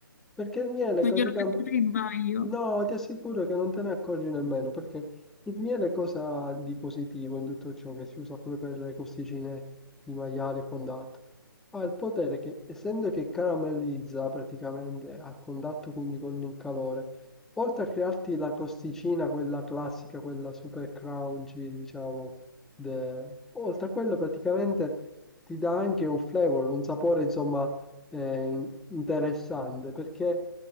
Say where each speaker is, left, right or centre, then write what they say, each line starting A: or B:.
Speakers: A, in the centre; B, on the left.
A: perché il miele
B: Non
A: praticamente...
B: glielo metterei mai io.
A: No, ti assicuro che non te ne accorgi nemmeno perché il miele cosa ha di positivo in tutto ciò che si usa pure per le costicine di maiale e quant'altro? Ha il potere che, essendo che caramellizza praticamente al contatto quindi con il calore, oltre a crearti la crosticina, quella classica, quella super crunchy, diciamo, de- oltre a quello praticamente ti dà anche un flavor, un sapore insomma eh, in- interessante, perché